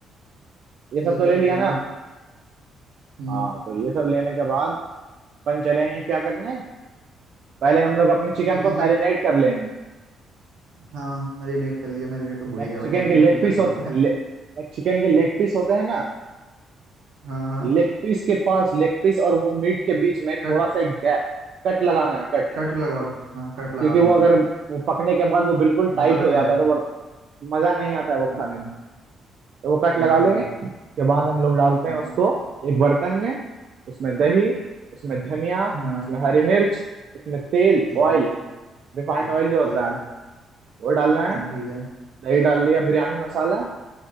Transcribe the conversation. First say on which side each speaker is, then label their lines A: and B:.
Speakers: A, on the right (about 65°); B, on the right (about 80°).
A: ये
B: ठीक
A: सब तो
B: है
A: ले लिया
B: ले
A: ना
B: लिया हम्म
A: हाँ तो ये सब लेने के बाद अपन चलेंगे क्या करने पहले हम लोग अपने चिकन
B: पतीला
A: को मैरिनेट कर लेंगे
B: हाँ मैरिनेट कर लिया मैरिनेट तो भूल
A: लाइक
B: ही गया भाई
A: चिकन
B: मैरिनेट
A: के लेग
B: भी करना
A: पीस हो
B: होता है
A: चिकन के लेग पीस होते हैं ना
B: हाँ हाँ
A: लेग पीस के पास लेग पीस और वो मीट के बीच में थोड़ा
B: कट
A: सा एक गैप कट लगाना है कट
B: कट लगवा लूँ हाँ कट लगा
A: क्योंकि
B: लूंगा
A: वो अगर वो पकने के बाद वो बिल्कुल टाइट
B: मसाला
A: हो
B: नहीं
A: जाता
B: जाएगा
A: है तो वो मजा नहीं आता है वो
B: हाँ
A: खाने में तो वो कट
B: हाँ
A: लगा
B: हाँ
A: लेंगे उसके बाद हम लोग डालते
B: हाँ
A: हैं उसको एक बर्तन में उसमें दही उसमें धनिया
B: हाँ
A: उसमें हरी मिर्च उसमें तेल
B: ठीक
A: ऑयल
B: है
A: रिफाइंड
B: ठीक
A: ऑयल जो
B: ठीक
A: होता
B: है
A: है वो डालना है
B: हाँ ठीक है
A: दही डाल लिया बिरयानी मसाला